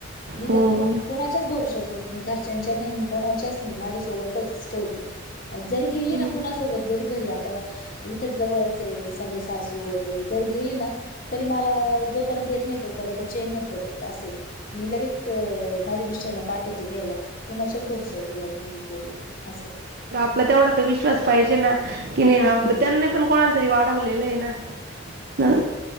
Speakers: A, on the left; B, on the right.
A: मी
B: हो
A: तरं कोणांच्याचं भरोषावरं सोडंत नाहीं घरच्यांच्या कोणाच्यांच नाहीं माझ्यां सोबतचं ठेवते जरी गेली
B: हम्म.
A: नां कोणांच्या सोबत जरी घरी आंता इथं जवळचं आहे समजां सासू वगैरें जरी गेली नां तरी मला जोपर्यंत येतं नाहीं तोपर्यंत चेन नाहीं पडंत असे आहे मी लगेच माझ्यां मिस्टरांना पाठवते घ्यांयला कुणाच्यांच भरशावरं सोडतं नाहीं पोरींला असे
B: आपलां तेवढां तरं विश्वांस पाहिजे नां कि नाहीं
A: हम्म.
B: आपलं त्यांनी पणं कोणांला तरी वाढवलेलं आहे नां